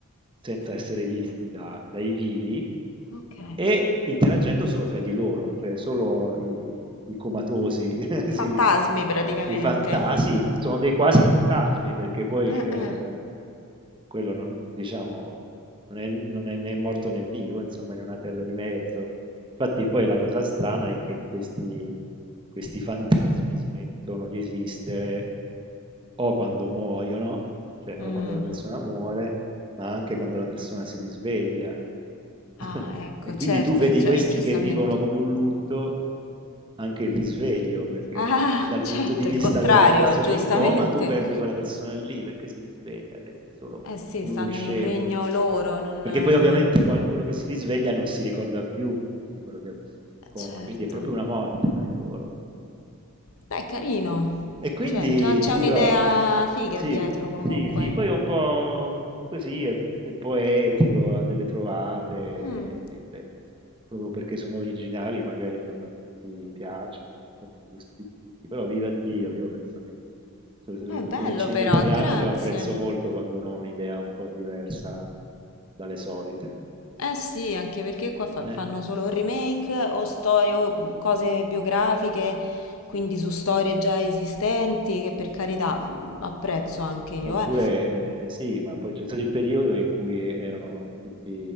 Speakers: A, on the right; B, on the left.
A: senza essere visti da- dai vivi
B: Ok.
A: e interagendo solo fra di loro, cioè solo i, i comatosi, <laughs> si-
B: Fantasmi praticamente.
A: eh, i fantasi, sono dei quasi fantasmi perché poi
B: Ah,
A: eh,
B: ah.
A: quello non, diciamo, non è, non è né morto né vivo, insomma, in una terra di mezzo. Infatti, poi la cosa strana è che questi, questi fantasmi smettono di esistere o quando muoiono, cioè
B: Mm.
A: o quando la persona muore, ma anche quando la persona si risveglia.
B: Ah,
A: <laughs>
B: ecco,
A: E quindi
B: certo,
A: tu vedi
B: cioè,
A: questi
B: <laughs> giustamente.
A: che vivono come un lutto anche il risveglio, perché
B: Ah,
A: dal
B: certo,
A: punto di vista
B: il contrario,
A: della persona
B: giustamente.
A: in coma tu perdi quella persona lì perché si risveglia, resti solo
B: Eh sì,
A: come
B: stanno
A: uno scemo.
B: in un regno loro, non...
A: Perché poi ovviamente qual- quello che si risveglia non si ricorda più di quello che ha vissuto in
B: Eh,
A: coma,
B: Certo.
A: quindi è proprio una morte per loro.
B: Beh, carino.
A: E quindi
B: Cioè, già c'è
A: ti dirò,
B: un'idea figa
A: sì,
B: dietro comunque.
A: sì, sì, poi è un po' così, è, è poetico, ha delle trovate,
B: Mm,
A: che ripeto, insomma, proprio perché sono originali, magari non a tutti piacciono, non incontri il gusto di tutti, però viva Dio, io penso che, sop- soprattutto
B: è bello
A: nel cinema
B: però,
A: italiano,
B: grazie.
A: io apprezzo molto quando uno ha un'idea un po' diversa dalle solite.
B: Eh sì, anche perché qua fa-
A: Eh,
B: fanno solo remake o storie o cose biografiche, quindi
A: sì.
B: su storie già esistenti, che per carità mm, apprezzo anche io,
A: Oppure
B: eh.
A: eh, sì, ma poi c'è stato il periodo in cui erano tutti